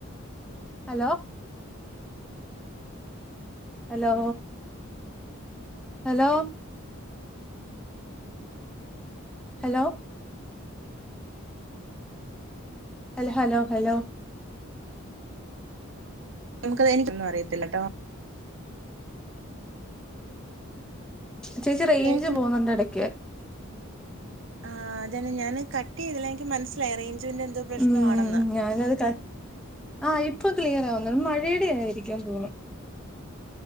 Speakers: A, in the centre; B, on the right (about 60°).
A: hello hello hello hello hello hello hello
B: നമുക്കത് എനിക്കൊന്നും അറത്തില്ല ട്ടോ
A: ചേച്ചി റേഞ്ച്
B: കേൾക്കുന്ന
A: പോകുന്നുണ്ട് എടക്ക്
B: ആഹ് അതെ ഞാന് കട്ട്യാതില്ല എനിക്ക് മനസിലായി അറ ജുവിന്റെ എന്തോ പ്രശ്ണമാണെന്ന്
A: ഉം ഞാനത് ക ആഹ് ഇപ്പൊ ക്ലിയർ ആവുന്നത് മഴയുടെയ ആയിരിക്കു തോന്നുണു